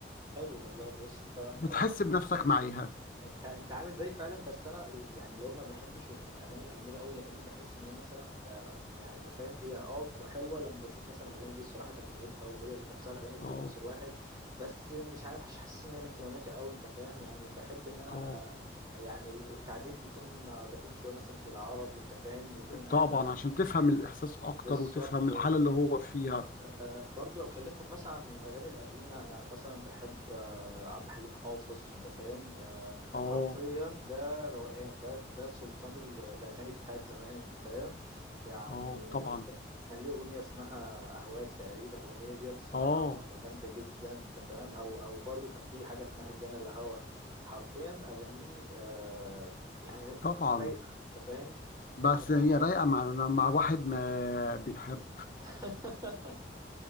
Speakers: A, on the right; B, on the left.
A: حلو والله بص انت انت
B: بتحس بنفسك معاها
A: انت انت عامل زي فعلا بس انا ال- يعني اللي هو ما بحبش ال- الاغاني الاجنبيه قوي لان بحس ان هي مثلا آه، ما- يعني انت فاهم هي اه كو- حلوه لما بشوف مثلا الاغاني دي الصراحه ترجمتها وهي ذات نفسها الاغاني بتلمس
B: اه
A: الواحد بس مش عارف مش حاسس ان هي من اهتماماتي قوي انت فاهم يعني بحب ان انا
B: اه
A: آه، يعني التعبير بيكون دقيق شويه مثلا بالعربي انت فاهم يكون أحبها
B: طبعا عشان تفهم الاحساس اكتر
A: بالظبط
B: وتفهم الحاله
A: بالظبط
B: اللي هو فيها
A: آه، برضو لو كلمتك مثلا عن الأغاني القديمة أنا مثلا بحب آه، عبد الحليم حافظ أنت فاهم آه،
B: اه
A: حرفيا ده روقان ده ده سلطان ال- الأغاني بتاعت زمان أنت فاهم يعني
B: اه طبعا
A: ك- كان ليه أغنية اسمها أهواك تقريبا الأغنية ديت الصراحة
B: اه
A: جامدة جدا أنت فاهم أو أو برضو كان في حاجة اسمها الجنة اللي هوا حرفيا أغانيه آه، يعني
B: طبعا
A: رايقة أنت فاهم
B: بس
A: حاجة
B: هي
A: حاجة
B: رايقة مع مع واحد ما بيحب
A: <laughs>